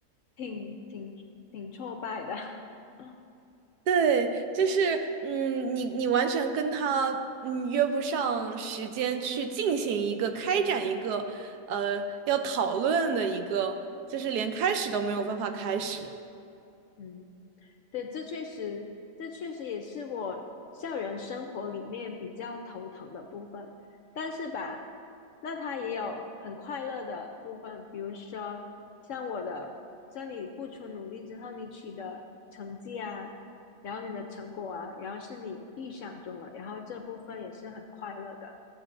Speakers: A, on the left; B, on the right.
A: 挺挺挺挫败的。<laughs>
B: 对，就是嗯，你你完全跟他嗯约不上时间去进行一个开展一个呃要讨论的一个，就是连开始都没有办法开始。
A: 嗯对，这确实，这确实也是我校园生活里面比较头疼的部分。但是吧，那它也有很快乐的部分，比如说像我的，像你付出努力之后，你取得成绩啊，然后你的成果啊，然后是你预想中的，然后这部分也是很快乐的。